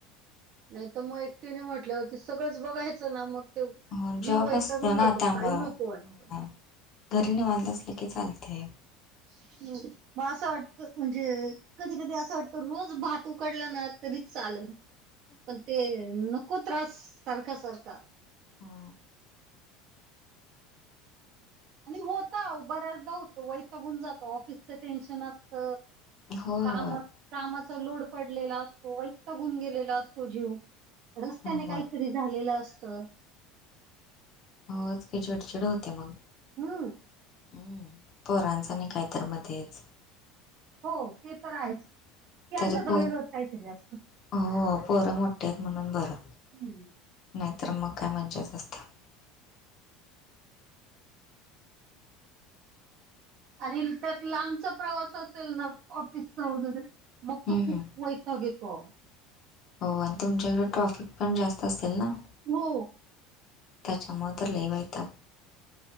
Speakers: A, on the right; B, on the left.
A: नाही तर मग एकटीने म्हटल्यावरती सगळंच बघायचं ना मग. ते
B: हो,
A: जीव
B: जॉब
A: वैतागून
B: असतो ना
A: जातो,
B: त्यामुळं.
A: काही नकोये.
B: हो. ना. घरी निवाांत असलं की चालतय.
A: हं. मग असं वाटत म्हणजे, कधी कधी असं वाटतं रोज भात उकडला ना तरी चालल. पण ते नको त्रास, सारख सारखा.
B: हा.
A: आणि होता बऱ्याचदा होत वैतागून जातो, ऑफिसचं टेन्शन असत
B: होय,
A: कामच.
B: होय.
A: कामाचा लोड पडलेला असतो वैतागून गेलेला असतो जीव, रस्त्याने
B: होय.
A: काहीतरी झालेलं असत.
B: होच की चीडचिड होते मग.
A: हम्म.
B: हम्म पोरांच आणि काय तर मध्येच
A: हो ते तर आहेच, त्यांचा
B: तरी
A: तर
B: पोर
A: वेगळंच काहीतरी असत
B: हो पोरं मोठी हाईत म्हणून बरं
A: हम्म
B: नाहीतर मग काय मजाच असत्या.
A: आणि तर लांबचा प्रवास असेल ना ऑफिसचा वगैरे. मग तो
B: हं,
A: खूप वैताग येतो.
B: हो आणि तुमच्याकडे ट्रॉफिक पण जास्त असेल ना.
A: हो.
B: त्याच्या मूळं तर लई वैताग